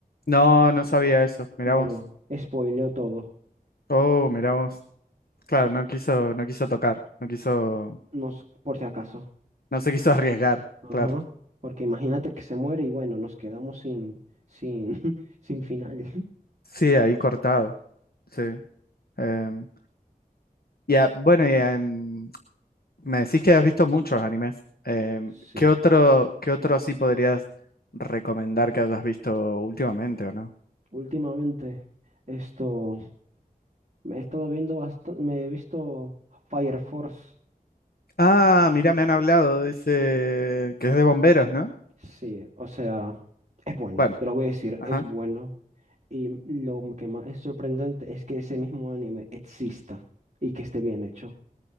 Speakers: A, on the left; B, on the right.
A: No, no sabía eso. Mirá
B: Bueno,
A: vos.
B: spoileó todo,
A: Oh, mirá vos. Claro, no quiso, no quiso tocar. No quiso.
B: nos, por si acaso.
A: No se quiso <laughs> arriesgar,
B: Ajá,
A: claro.
B: porque imagínate que se muere y bueno, nos quedamos sin, sin, <laughs> sin final.
A: Sí, ahí cortado, sí. Em, y a- bueno, y, em, me decís que has visto muchos animes. Em,
B: Sí,
A: ¿qué otro, qué otro así podrías recomendar que hayas visto últimamente o no?
B: últimamente esto me he estado viendo bastante, me he visto Fire Force.
A: Ah, mira, me han hablado, dice que es de bomberos, ¿no?
B: Sí, o sea, es bueno,
A: Bueno,
B: te lo voy a decir,
A: ajá.
B: es bueno. Y lo que más es sorprendente es que ese mismo anime exista y que esté bien hecho.